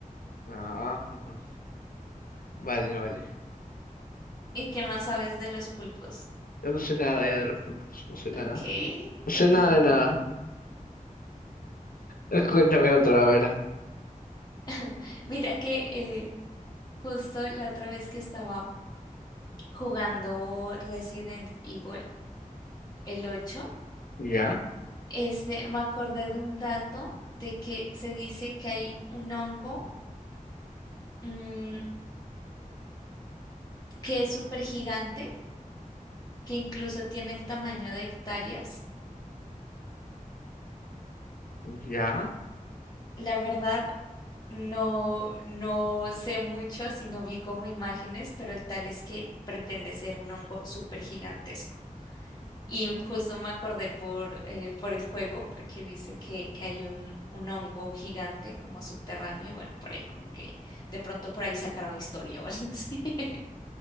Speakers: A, on the left (about 80°); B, on the left (about 25°).
A: Ah, ajá. vale, vale.
B: ¿Y qué más sabes de los pulpos?
A: Yo no sé nada ya de los pulpos. No sé nada.
B: Ok,
A: No sé
B: ok,
A: nada de
B: ok.
A: nada. <laughs> Cuéntame otra, a ver.
B: <laughs> Mira que eh, justo la otra vez que estaba jugando Resident Evil, el 8,
A: ¿Ya?
B: este, me acordé de un dato de que se dice que hay un hongo mm, que es súper gigante, que incluso tiene el tamaño de hectáreas
A: ¿Ya?
B: La verdad, no, no sé mucho, sino vi como imágenes, pero el tal es que pretende ser un hongo súper gigantesco. Y justo me acordé por, eh, por el juego, porque dice que, que hay un, un hongo gigante como subterráneo, y bueno, por ahí como que de pronto por ahí sacaron la historia o algo así. <laughs>